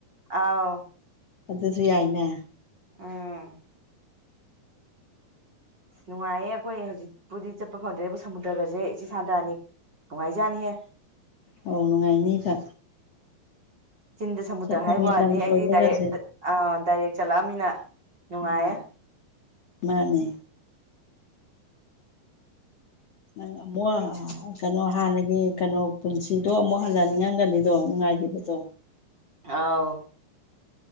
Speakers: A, on the right; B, on the left.
A: ꯑꯥꯎ
B: ꯑꯗꯨꯁꯨ ꯌꯥꯏꯅꯦ
A: ꯑꯥ ꯅꯨꯡꯉꯥꯏꯌꯦ ꯑꯩꯈꯣꯏ ꯍꯧꯖꯤꯛꯄꯨꯗꯤ ꯆꯠꯄ ꯐꯪꯗ꯭ꯔꯦ ꯁꯃꯨꯗ꯭ꯔꯒꯁꯦ ꯏꯆꯦ ꯁꯟꯇꯅꯤ ꯅꯨꯡꯉꯥꯏꯖꯅꯤꯍꯦ
B: ꯑꯧ ꯅꯨꯡꯉꯥꯏꯅꯤꯕ
A: ꯆꯤꯟꯗ ꯁꯃꯨꯗ꯭ꯔ
B: ꯆꯠꯅꯤꯡꯉꯦ
A: ꯍꯥꯏꯕ ꯋꯥꯅꯤ
B: ꯂꯝ
A: ꯑꯩꯗꯤ
B: ꯀꯣꯏꯕꯒꯁꯦ
A: ꯗꯥꯏꯔꯦꯛ ꯑ ꯗꯥꯏꯔꯦꯛ ꯆꯠꯂꯛꯑꯃꯤꯅ ꯅꯨꯡꯉꯥꯏꯌꯦ
B: ꯎꯝ ꯃꯥꯅꯦ ꯅꯪ ꯑꯃꯨꯛ ꯀꯩꯅꯣ ꯍꯥꯟꯅꯒꯤ ꯀꯩꯅꯣ ꯄꯨꯟꯁꯤꯗꯣ ꯑꯃꯨꯛ ꯍꯜꯂꯛꯍꯜꯂꯝꯒꯅꯤꯗꯣ ꯅꯨꯡꯉꯥꯏꯒꯤꯕꯗꯣ
A: ꯑꯥꯎ